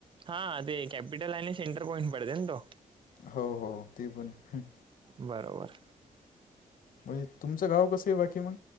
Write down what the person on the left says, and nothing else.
हो हो ते पण हम्
म्हणजे तुमचं गाव कसं आहे बाकी मग